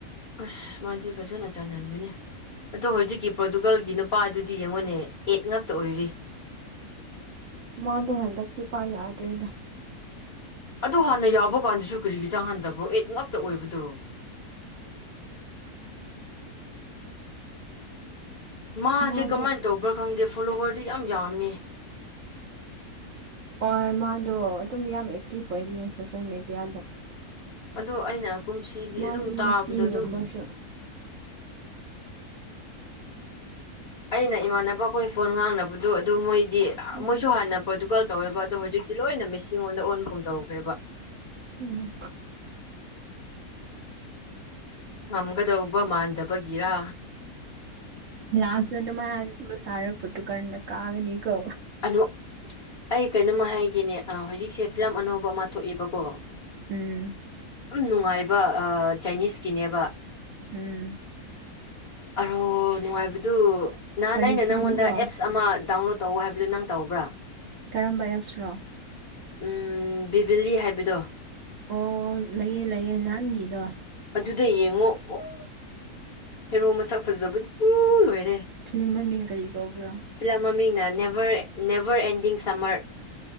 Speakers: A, on the left; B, on the right.
A: ꯑꯁ ꯃꯥꯗꯤ ꯐꯖꯅ ꯆꯟꯍꯟꯒꯅꯤ ꯑꯗꯣ ꯍꯧꯖꯤꯛꯀꯤ ꯄ꯭ꯔꯣꯇꯨꯒꯜꯒꯤ ꯅꯨꯄꯥ ꯗꯨꯗꯤ ꯌꯦꯡꯉꯣꯅꯦ ꯑꯦꯠ ꯉꯥꯛꯇ ꯑꯣꯏꯔꯤ
B: ꯃꯥꯗꯣ ꯍꯟꯗꯛꯇꯤ ꯄꯥ ꯌꯥꯗ꯭ꯔꯦꯗ
A: ꯑꯗꯨ ꯍꯥꯟꯅ ꯌꯥꯎꯕ ꯀꯥꯟꯗꯁꯨ ꯀꯔꯤꯒꯤ ꯆꯥꯡꯍꯟꯗꯕ꯭ꯔꯣ ꯑꯩꯠ ꯉꯛꯇ ꯑꯣꯏꯕꯗꯣ
B: <inaudible>
A: ꯃꯥꯁꯦ
B: ꯃꯥꯗꯣ
A: ꯀꯃꯥꯏꯅ ꯇꯧꯕ꯭ꯔꯥ ꯈꯪꯗꯦ ꯐꯣꯂꯣꯋꯔꯗꯤ ꯌꯥꯝ ꯌꯥꯝꯃꯦ
B: ꯍꯣꯏ ꯃꯥꯗꯣ ꯑꯗꯨꯝ ꯌꯥꯝ ꯑꯦꯛꯇꯤꯚ ꯑꯣꯏꯕꯅꯦ ꯁꯣꯁꯦꯜ ꯃꯦꯗꯤꯌꯥꯗ
A: ꯑꯗꯣ ꯑꯩꯅ ꯀꯨꯝꯁꯤꯗꯤ
B: ꯃꯥꯒꯤ
A: ꯑꯗꯨꯝ ꯇꯥꯕꯗꯣ
B: ꯅꯨꯄꯤꯒꯨꯝꯕꯁꯨ
A: ꯑꯗꯨꯝ
B: <inaudible>
A: ꯑꯩꯅ ꯏꯃꯥꯟꯅꯕꯈꯣꯏ ꯐꯣꯟ ꯉꯥꯡꯅꯕꯗꯣ ꯑꯗꯨ ꯃꯣꯏ ꯗꯤ
B: ꯎꯝ
A: ꯃꯣꯏꯁꯨ ꯍꯥꯟꯅ ꯄꯣꯔꯇꯨꯒꯜ ꯇꯧꯋꯦꯕ ꯑꯗꯣ ꯍꯧꯖꯤꯛꯇꯤ ꯂꯣꯏꯅ ꯃꯦꯁꯤ ꯉꯣꯟꯗ ꯑꯣꯟꯕꯒꯨꯝ ꯇꯧꯈ꯭ꯔꯦꯕ
B: ꯎꯝ
A: ꯉꯝꯒꯗꯧꯕ ꯃꯥꯟꯗꯕꯒꯤꯔꯥ
B: ꯂꯥꯁ ꯇꯗꯨ ꯃꯥꯟꯕ ꯁꯥꯔ ꯄꯣꯔꯇꯨꯒꯜꯅ ꯀꯥꯒꯅꯤꯀꯣ
A: ꯑꯗꯣ ꯑꯩ ꯀꯩꯅꯣꯝꯃ ꯍꯥꯏꯒꯦꯅꯦ ꯑꯥ ꯍꯧꯖꯤꯛꯁꯦ ꯐꯤꯂꯝ ꯑꯅꯧꯕ ꯑꯃ ꯊꯣꯛꯑꯦꯕꯀꯣ
B: ꯎꯝ
A: ꯑꯝ ꯅꯨꯡꯉꯥꯏꯕ ꯑ ꯆꯥꯏꯅꯤꯁꯀꯤꯅꯦꯕ
B: ꯎꯝ
A: ꯑꯔꯣ ꯅꯨꯡꯉꯥꯏꯕꯗꯨ ꯅꯍꯥꯟ
B: ꯀꯔꯤ
A: ꯑꯩꯅ
B: ꯐꯤꯂꯤꯝꯔꯣ
A: ꯅꯪꯉꯣꯟꯗ ꯑꯦꯞꯁ ꯑꯃ ꯗꯥꯎꯟꯂꯣꯗ ꯇꯧꯑꯣ ꯍꯥꯏꯕꯗꯣ ꯅꯪ ꯇꯧꯕ꯭ꯔꯥ
B: ꯀꯔꯝꯕ ꯑꯦꯞꯁ ꯔꯣ
A: ꯎꯝ ꯕꯤꯕꯤꯂꯤ ꯍꯥꯏꯕꯗꯣ
B: ꯑꯣ ꯂꯩꯌꯦ ꯂꯩꯌꯦ ꯅꯍꯥꯟꯒꯤꯗꯣ
A: ꯗꯨꯗ ꯌꯦꯡꯉꯣ ꯑꯨꯡ ꯍꯦꯔꯣ ꯃꯁꯛ ꯐꯖꯕꯗꯨ ꯑꯨ ꯂꯣꯏꯔꯦ
B: ꯐꯤꯂꯝ ꯃꯃꯤꯡ ꯀꯔꯤ ꯀꯧꯕ꯭ꯔꯣ
A: ꯐꯤꯂꯝ ꯃꯃꯤꯡ ꯅꯥ ꯅꯦꯕꯔ ꯅꯦꯕꯔ ꯑꯦꯟꯗꯤꯡ ꯁꯃ꯭ꯔ